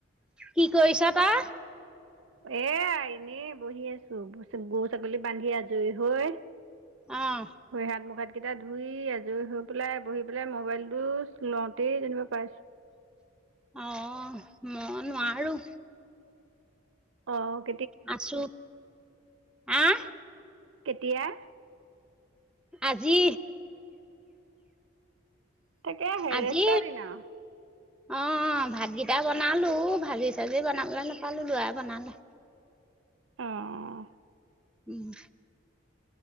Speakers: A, in the centre; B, on the right (about 75°).
A: কি কৰিছ তই?
B: এইয়া এনেই বহি আছো, গৰু ছাগলী বান্ধি আজৰি হৈ।
A: অহ।
B: ভৰি হাত, মুখ হাত কেইটা ধুই আজৰি হৈ পেলাই বহি পেলাই মবাইলটো লওঁ তেই যেনিবা পাইছো
A: অহ, মই নোৱাৰো।
B: অ'।
A: আছো, আহ।
B: কেতিয়া?
A: আজি।
B: তাকেহে,
A: আজি
B: ৰেষ্টৰ দিনা।
A: অ', ভাতকেইটা বনালোঁ, ভাজি চাজি বনাবলৈ নাপালোঁ, লৰাই বনালে।
B: অঁ।
A: উম।